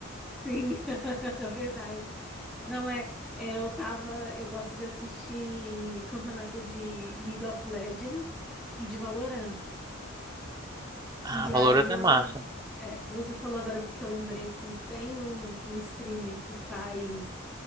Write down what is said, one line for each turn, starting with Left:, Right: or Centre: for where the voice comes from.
Centre: Sim. <laughs> É verdade. Não é, é, eu tava, eu gosto de assistir campeonato de League of Legends e de Valorant.
Right: Ah,
Centre: E
Right: Valorant
Centre: aí
Right: é
Centre: ela.
Right: massa.
Centre: é, você falou agora porque eu lembrei que tem um, um streamer que faz